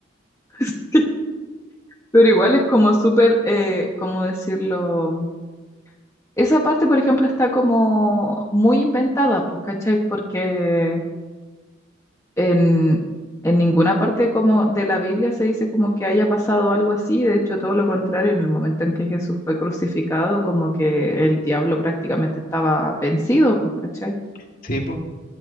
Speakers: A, on the left; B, on the left.
A: <laughs> Pero igual es como súper, eh, ¿cómo decirlo? Esa parte, por ejemplo, está como muy inventada, pues, ¿cachai? Porque en, en ninguna parte como de la Biblia se dice como que haya pasado algo así, de hecho, todo lo contrario, en el momento en que Jesús fue crucificado, como que el diablo prácticamente estaba vencido, pues, ¿cachai?
B: <laughs> ¿sí, po?